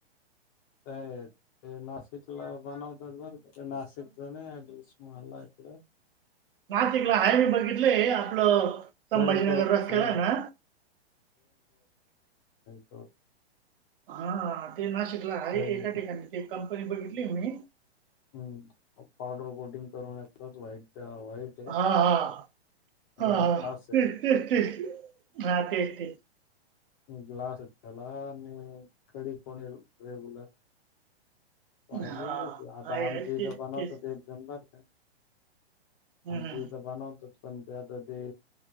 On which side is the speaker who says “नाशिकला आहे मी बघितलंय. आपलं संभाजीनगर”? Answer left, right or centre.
Right